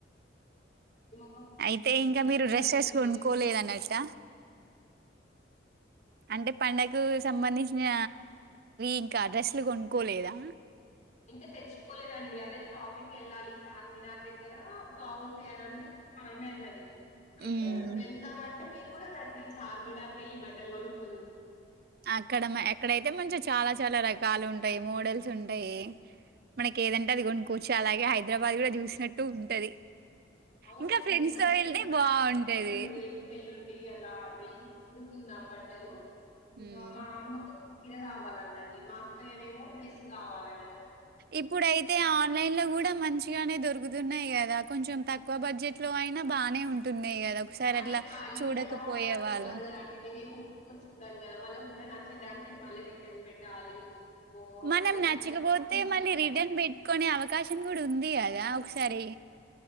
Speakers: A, on the left (about 40°); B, on the right (about 55°).
A: మేము ఒక
B: అయితే
A: ఒక పెద్ద
B: ఇంకా మీరు
A: కుండ
B: డ్రెస్సెస్
A: నిండా
B: కొనుకోలేద
A: చేస్తాం అనమాట
B: అన్నట్ట అంటే పండకు సంబంధించిన ఇంకా డ్రెస్సులు కొనుక్కోలేదా
A: ఇంకా తెచ్చుకోలేదండి అదే షాపింగ్ వెళ్ళాలి చార్మినార్ దగ్గర బాగుంటాయినిన్ని అ మేళది అయితే
B: హ్మ్
A: వెళ్దాం అంటే మీరు కూడా రండి చార్మినార్ కెళ్ళి బట్టలు కొనుక్కు
B: అక్కడమే అక్కడైతే మంచిగ చాలా చాలా రకాలు ఉంటయి మోడల్స్ ఉంటయి మనకి ఏదంటే అది కొనుక్కోవచ్చు అలాగే హైదరాబాద్ కూడా చూసినట్టు ఉంటది
A: అవునండి
B: ఇంకా ఫ్రెండ్స్
A: మంచిగ
B: తో వెళ్తే
A: వెళ్దామంటే
B: బావుంటది
A: వెళ్దామండి రేపు ఎల్లుండి అలా వెళ్ళి కొనుకు కుందాం బట్టలు ఇంకా
B: హ్మ్
A: మా అమ్మకి చీర కావాలన్నది మా అక్కయనేమో డ్రెస్ కావాలన్న
B: ఇప్పుడయితే ఆన్లైన్ లో కూడా మంచిగనే దొరుకుతున్నయి కదా కొంచెం తక్కువ బడ్జెట్ లో అయినా బానే ఉంటున్నయి కదా ఒకసారి
A: కానీ
B: అట్లా
A: క్వాలిటీ
B: చూడకపోయే
A: ఎలా ఉంటందో
B: వాళ్ళు
A: తెలియదు కదా అండి మేమేం ముట్టుకొని చూడము కదా మళ్ల కుడా నచ్చలే అంటే మళ్ళ రిటర్న్ పెట్టాలి ఓ
B: మనం
A: ఆ పెద్ద
B: నచ్చకపోతే
A: పెద్ద పని ఉంటదండి
B: మళ్ళీ రిటర్న్
A: అది.
B: పెట్టుకునే అవకాశం కూడా ఉంది కదా ఒకసా సరే